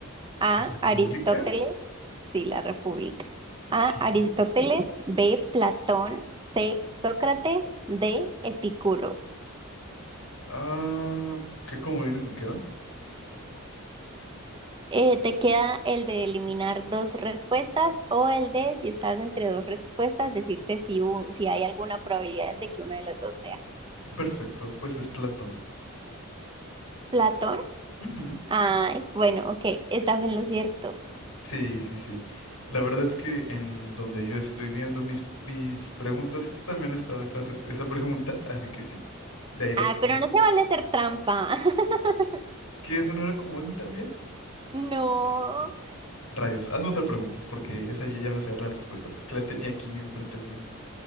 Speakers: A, on the right (about 20°); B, on the left (about 80°).
A: A.
B: ¿La República?
A: Aristóteles. Sí, La República.
B: Ok.
A: A. Aristóteles. B. Platón. C. Sócrates. D. Epicuro.
B: Ah, ¿qué comodines me quedan?
A: Eh, te queda el de eliminar dos respuestas o el de, si estás entre dos respuestas, decirte si, u- si hay alguna probabilidad de que una de las dos sea.
B: Perfecto, pues es Platón.
A: Platón.
B: Ujú.
A: Ay, bueno, ok, estás en lo cierto.
B: Sí, sí, sí. La verdad es que en donde yo estoy viendo mis, mis preguntas, también estaba esa, ref- esa pregunta, así que sí, de ahí la
A: Ay,
B: saqué.
A: pero no se vale hacer trampa. <laughs>
B: ¿Que esa no era comodín también?
A: No.
B: Rayos, hazme otra pregunta, porque esa ya, ya me sabía la respuesta, porque la tenía aquí enfrente mío.